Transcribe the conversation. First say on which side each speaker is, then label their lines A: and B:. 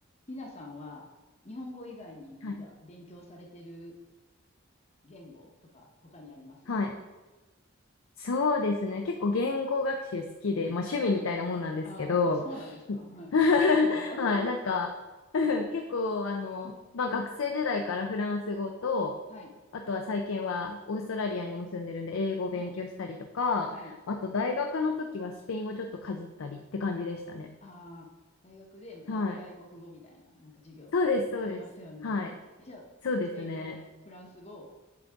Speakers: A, on the left; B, on the left.
A: ひなさんは日本語以外に何か勉強されてる
B: はい。
A: 言語とか他にあります
B: はい。そうですね。結構言語学習好きで、まあ趣味みたいなもんなんですけど、
A: はい。あ、あ、そうなんですか。はい。
B: <laughs>
A: すごい。
B: はい。なんか、
A: <laughs>
B: <laughs> 結構、あの、
A: うん
B: まあ学生時代からフランス語と、
A: はい。
B: あとは最近はオーストラリアにも住んでるんで、英語を勉強したりとか、
A: はい。はい。
B: あと大学の時はスペイン語ちょっとかじったりって感じでしたね。
A: ああ、大学で、まあ、
B: はい。
A: 第二外国語みたいな、なんか授業ありますよね。
B: そうです、そうです。はい。
A: じゃあ、
B: そうですね。
A: スペイン語、フランス語、